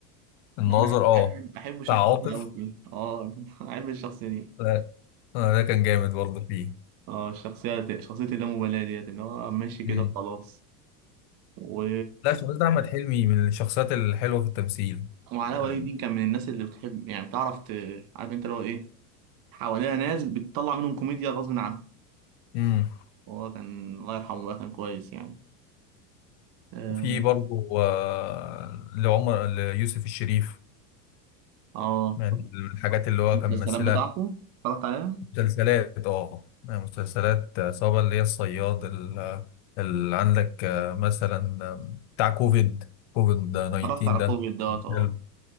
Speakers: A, on the left; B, on the right.
A: الناظر
B: ده انا
A: اه
B: بحب بحب شخصيته
A: بتاع عاطف
B: قوي فيه اه <laughs> بحب الشخصيه دي
A: لا آه ده كان جامد برضه فيه
B: اه الشخصيه شخصيه اللامبالاه ديت اللي هو ماشي كده
A: مم.
B: خلاص و
A: لا شخصية أحمد حلمي من الشخصيات الحلوة في التمثيل
B: وعلاء
A: آه،
B: ولي الدين كان من الناس اللي بتحب يعني بتعرف ت... عارف انت اللي هو ايه حواليها ناس بتطلع منهم كوميديا غصب عنه
A: مم.
B: هو كان الله يرحمه بقى كان كويس يعني اه
A: وفي برضه آه، لعمر ليوسف الشريف
B: آه.
A: يعني من الحاجات اللي هو
B: المسلسلات
A: كان ممثلها
B: بتاعته اتفرجت عليها
A: مسلسلات اه يعني مسلسلات آه، سواء اللي هي الصياد ال- اللي عندك آه، مثلا آه، بتاع كوفيد كوفيد 19
B: اتفرجت على
A: ده
B: كوفيد دوت اه
A: حلو.